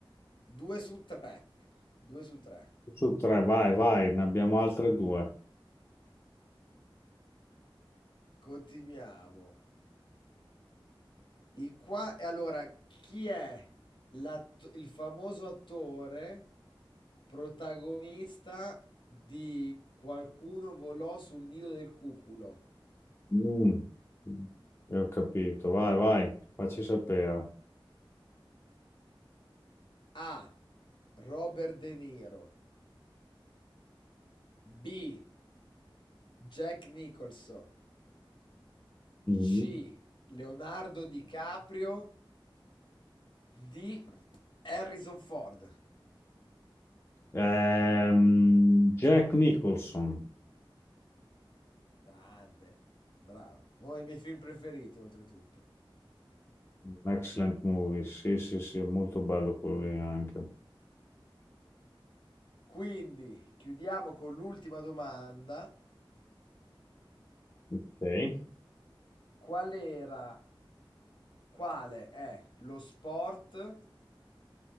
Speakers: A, on the left (about 60°); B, on the left (about 30°).
A: 2 su 3. 2 su 3.
B: Su tre, vai, vai, ne abbiamo altre due.
A: Continuiamo. In qua e allora chi è l'att- il famoso attore protagonista di Qualcuno volò sul nido del cuculo?
B: Mm, io ho capito, vai, vai, facci sapere.
A: A. Robert De Niro. B. Jack Nicholson.
B: Mm.
A: C. Leonardo DiCaprio. D. Harrison Ford.
B: Ehm, Jack Nicholson,
A: Grande, bravo. Uno dei miei film preferiti, oltretutto.
B: excellent movie, sì, sì, sì, è molto bello quello lì anche.
A: Quindi, chiudiamo con l'ultima domanda.
B: Ok.
A: Qual era quale è lo sport